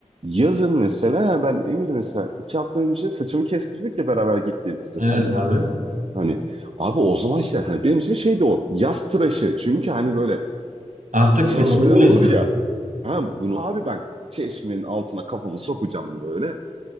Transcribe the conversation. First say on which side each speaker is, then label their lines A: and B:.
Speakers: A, on the right; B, on the right.
A: yazın mesela yani ben Emir mesela iki hafta önce saçımı kestirdik ya beraber gittiğimizde
B: Evet
A: senle.
B: abi.
A: Hani abi o zaman işte hani benim için şeydi o yaz tıraşı. Çünkü hani böyle
B: Artık
A: çeşmeler
B: bunalıyor
A: olur
B: insan.
A: ya. Ha bunu abi ben çeşmenin altına kafamı sokacağım böyle.